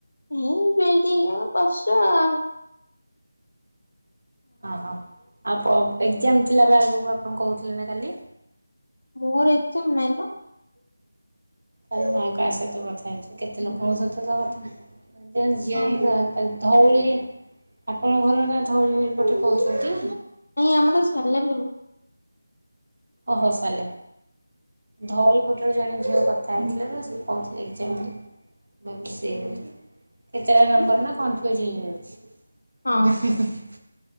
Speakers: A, on the left; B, on the right.
A: ମୁଁ ବି ଏଠି ଆଉ ବସଚୁ ଆଉ।
B: ଅ ହଁ ଆଉ ଏକଜାମ ଥିଲାବେଳେ ଆଗକୁ ଆପଣ କହୁଥିଲେ ନା କାଲି।
A: ମୋର ଏକଜାମ୍ ନାଇଁ ତ।
B: ତାହାଲେ ମୁଁ ଆଉ କା ସହିତ କଥାହଛ କେତ ଲୋକଙ୍କ ସହିତ ତ କଥା <unintelligible>
A: ହଁ
B: ଧଉଳି। ଆପଣଙ୍କ ଘର ନା ଧଉଳି ପଟେ କହୁଛନ୍ତି।
A: ନାଇଁ ଆମର ସାଲେପୁରୁ।
B: ଓ ହଉ ସାଲେ ଧଉଳିପଟରେ ଜଣେ ଝିଅ କଥା ହେଇଥିଲେ ତ ସେ କହୁଥିଲେ ଏ ଯାଏଁ ମୁଁ ସେ କେତେଟା ନମ୍ବର ନା କନଫ୍ୟୁଜ୍ ହେଇଯାଉଛି।
A: ହଁ
B: ଇଁ ହିଁ ହିଁ।